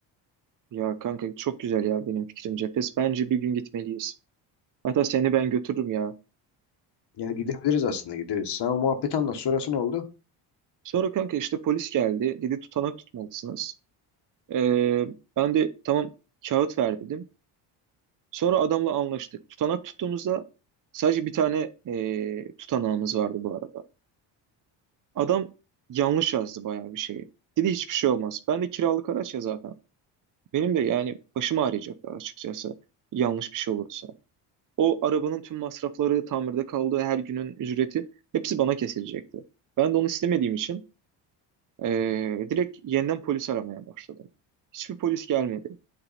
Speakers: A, on the right; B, on the left.
A: Ya kanka çok güzel ya benim fikrimce. Fes bence bir gün gitmeliyiz. Hatta seni ben götürürüm ya.
B: Ya gidebiliriz aslında gideriz. Sen o muhabbeti anlat. Sonrası ne oldu?
A: Sonra kanka işte polis geldi. Dedi tutanak tutmalısınız. Ee, ben de tamam kağıt ver dedim. Sonra adamla anlaştık. Tutanak tuttuğumuzda sadece bir tane ee, tutanağımız vardı bu arada. Adam yanlış yazdı bayağı bir şeyi. Dedi hiçbir şey olmaz. Ben de kiralık araç ya zaten. Benim de yani başım ağrıyacak açıkçası yanlış bir şey olursa. O arabanın tüm masrafları, tamirde kaldığı her günün ücreti hepsi bana kesilecekti. Ben de onu istemediğim için eee, direkt yeniden polis aramaya başladım. Hiçbir polis gelmedi.